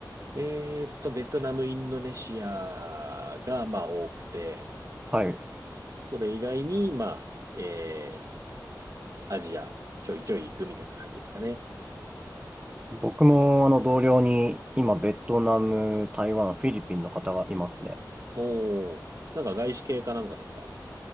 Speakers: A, on the right; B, on the right.
A: えーっと、ベトナム、インドネシアが、まあ、多くて、
B: はい。
A: それ以外に、まあ、えーアジアちょいちょい行くみたいな感じですかね。
B: 僕もあの同僚に今ベトナム、台湾、フィリピンの方がいますね。
A: おー、なんか外資系かなんかですか